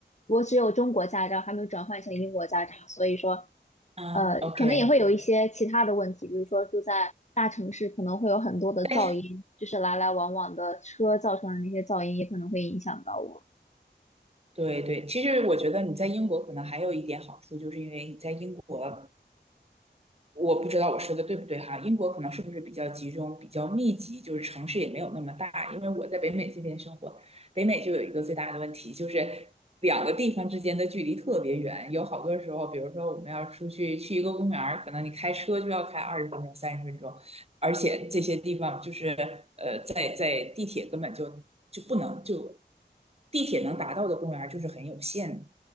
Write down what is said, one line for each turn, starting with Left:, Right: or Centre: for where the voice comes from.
Left: 我只有中国驾照，还没有转换成英国驾照，所以说
Right: 嗯，OK。
Left: 呃可能也会有一些其他的问题，比如说住在大城市可能会有很多的噪音，
Right: 但是
Left: 就是来来往往的车造成的那些噪音也可能会影响到我。
Right: 对对，其实我觉得你在英国可能还有一点好处，就是因为你在英国。我不知道我说的对不对哈，英国可能是不是比较集中、比较密集，就是城市也没有那么大。因为我在北美这边生活，北美就有一个最大的问题，就是两个地方之间的距离特别远。有好多时候，比如说我们要出去去一个公园可能你开车就要开二十分钟、三十分钟，而且这些地方就是呃，在在地铁根本就就不能就地铁能达到的公园就是很有限的。